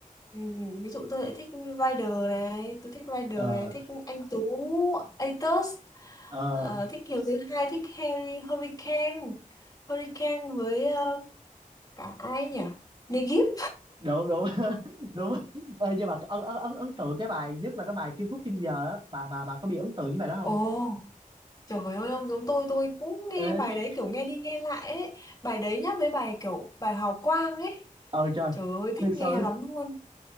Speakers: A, on the left; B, on the right.
A: ừm, ví dụ tôi lại thích Rider này tôi thích Rider
B: ờ
A: này thích anh Tú Atos
B: ờ
A: ờ, thích Kiều Thứ Hai thích Harry Hurricane Hurricane với ờ, cả ai nhỉ Negip
B: đúng đúng <laughs> đúng Ê, nhưng mà ấn ấn ấn ấn tượng cái bài nhất là cái bài Kim Phúc Kim Giờ á bà bà bà có bị ấn tượng với bài đó không
A: Ồ, trời ơi, ông giống tôi, tôi cũng nghe
B: ê
A: bài đấy kiểu nghe đi nghe lại ấy. Bài đấy nhá với bài kiểu bài Hào Quang ấy.
B: ờ trời
A: Trời ơi, thích
B: thiệt sự
A: nghe lắm luôn.